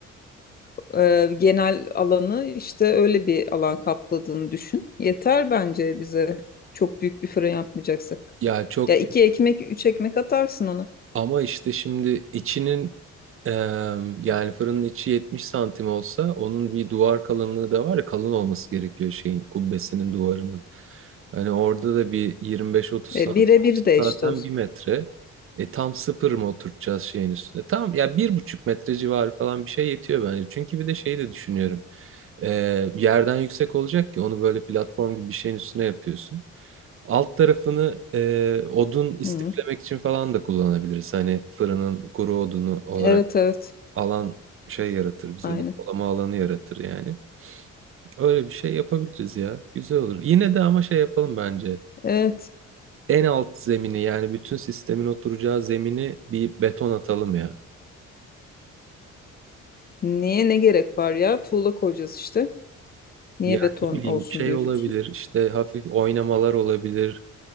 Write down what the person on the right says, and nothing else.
Ya çok
Ama işte şimdi içinin eee, yani fırının içi 70 santim olsa onun bir duvar kalınlığı da var ya kalın olması gerekiyor şeyin kubbesinin duvarının. Hani orada da bir 25-30 santim
olsa
zaten
bir metre. E tam sıfır mı oturtacağız şeyin üstüne? Tam ya bir buçuk metre civarı falan bir şey yetiyor bence. Çünkü bir de şeyi de düşünüyorum. Eee, yerden yüksek olacak ki onu böyle platform gibi bir şeyin üstüne yapıyorsun. Alt tarafını e, odun istiflemek
için falan da kullanabiliriz. Hani fırının kuru odunu olarak
alan şey yaratır bize
depolama alanı yaratır yani. Öyle bir şey yapabiliriz ya. Güzel olur. Yine de ama şey yapalım bence.
En alt zemini yani bütün sistemin oturacağı zemini bir beton atalım ya.
Yani
ne bileyim
şey
olabilir işte hafif oynamalar olabilir.